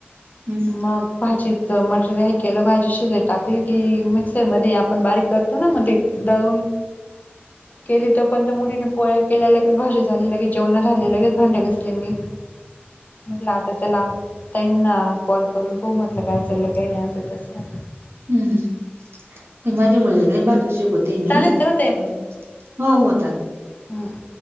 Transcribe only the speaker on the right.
हम्म
हम्म माझी मुलीला भाकीरी शिकवते
मी
हो हो.